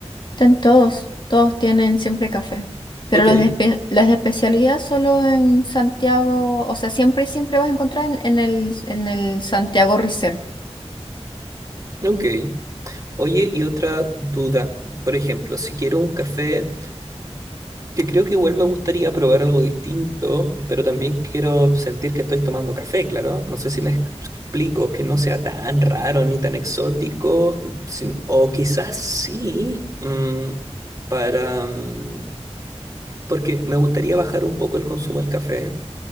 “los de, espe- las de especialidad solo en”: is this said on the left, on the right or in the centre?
Left